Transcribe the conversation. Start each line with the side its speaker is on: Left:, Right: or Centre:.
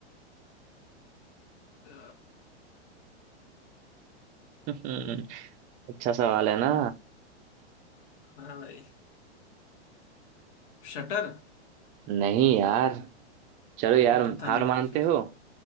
Left: अ,
Right: <laughs> अच्छा सवाल है ना
Left: हाँ भाई शटर
Right: नहीं यार चलो यार
Left: पता
Right: हार
Left: नहीं भाई
Right: मानते
Left: फिर
Right: हो